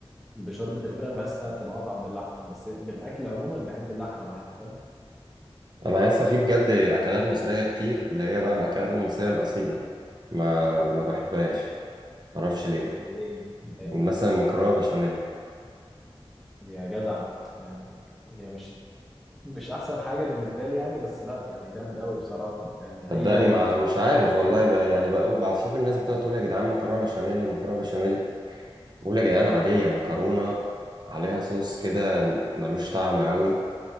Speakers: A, in the centre; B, on the right.
A: بشوربه الفراخ بحسها بتبقى اطعم باللحمه بس بالاكل عموما بحب اللحمه معاها فاهم
B: انا لسه في بجد اكلات مصرية كتير اللي هي بقى الاكلات المصرية الاصيلة ما ما بحبهاش معرفش ليه
A: زي ايه زي ايه
B: مثلا مكرونة بشاميل
A: يا جدع يعني هي مش مش احسن حاجه بالنسبه لي يعني بس لا يعني جامد قوي بصراحه يعني
B: صدقني
A: اي يوم
B: ما
A: مش
B: مش
A: عارف
B: عارف
A: ناكل فيه
B: والله بقى يعني بقى بشوف الناس بتقعد تقول يا جدعان مكرونة بشاميل مكرونة بشاميل بقول يا جدعان عادية مكرونة عليها صوص كده ملوش طعم قوي